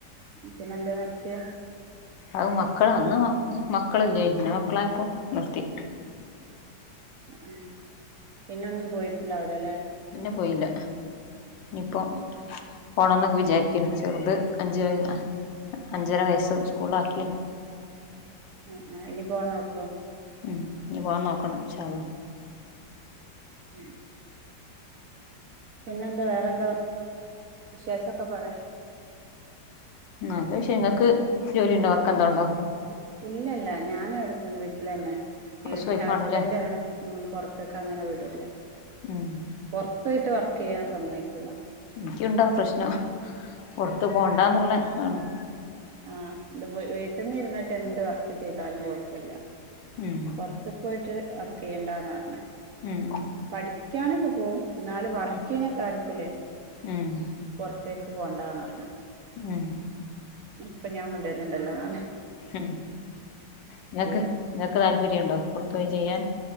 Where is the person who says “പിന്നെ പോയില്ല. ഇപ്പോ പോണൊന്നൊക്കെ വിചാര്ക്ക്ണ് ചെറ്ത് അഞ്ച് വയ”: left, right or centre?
Left